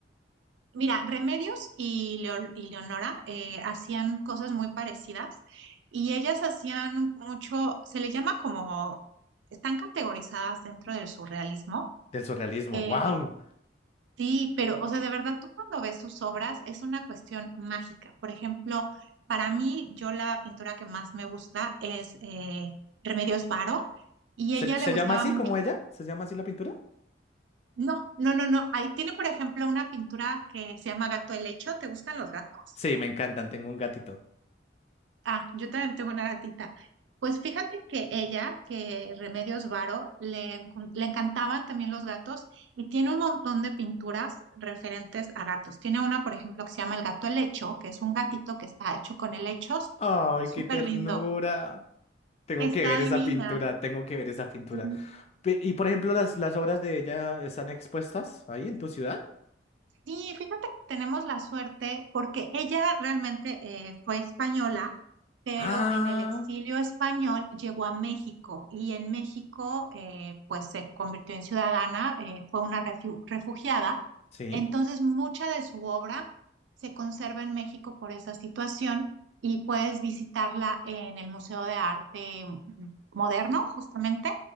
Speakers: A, on the right; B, on the left.
A: Mira, Remedios y, Leo- y Leonora eh, hacían cosas muy parecidas y ellas hacían mucho, se le llama como, están categorizadas dentro del surrealismo.
B: del surrealismo,
A: Eh,
B: wow.
A: sí, pero, o sea, de verdad, tú cuando ves sus obras es una cuestión mágica. Por ejemplo, para mí, yo la pintura que más me gusta es eh, Remedios Varo y
B: ¿Se,
A: ella
B: se
A: le gustaba
B: llama así
A: mucho.
B: como ella? ¿Se llama así la pintura?
A: No, no, no, no. Ahí tiene, por ejemplo, una pintura que se llama Gato Helecho. ¿Te gustan los gatos?
B: Sí, me encantan, tengo un gatito.
A: Ah, yo también tengo una gatita. Pues fíjate que ella, que Remedios Varo, le, encon- le encantaban también los gatos y tiene un montón de pinturas referentes a gatos. Tiene una, por ejemplo, que se llama El gato helecho, que es un gatito que está hecho con helechos.
B: Ay,
A: Súper
B: qué ternura.
A: lindo.
B: Tengo
A: Está
B: que ver
A: divina.
B: esa pintura, tengo que ver esa pintura.
A: Sí.
B: Pe- Y por ejemplo, las, las obras de ella están expuestas ahí en tu ciudad.
A: Sí, fíjate que tenemos la suerte porque ella realmente eh, fue española, pero
B: Ah,
A: en el exilio español llegó a México y en México eh, pues se convirtió en ciudadana, eh, fue una refiu- refugiada.
B: sí,
A: Entonces mucha de su obra se conserva en México por esa situación y puedes visitarla en el Museo de Arte mm, Moderno, justamente.